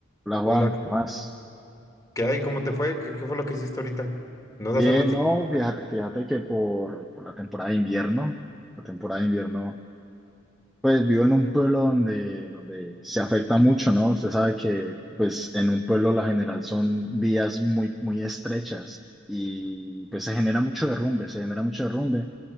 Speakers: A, in the centre; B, on the left.
A: Hola
B: Hola,
A: Juan, ¿qué más?
B: ¿qué hay? ¿Cómo te fue? ¿Qué, qué fue lo que hiciste ahorita? No das
A: Bien,
B: hace ratito.
A: no, fíjate, fíjate que por, por la temporada de invierno, la temporada de invierno, pues vivo en un pueblo donde, donde se afecta mucho, ¿no? Usted sabe que pues en un pueblo la general son vías muy, muy estrechas y pues se genera mucho derrumbe, se genera mucho derrumbe.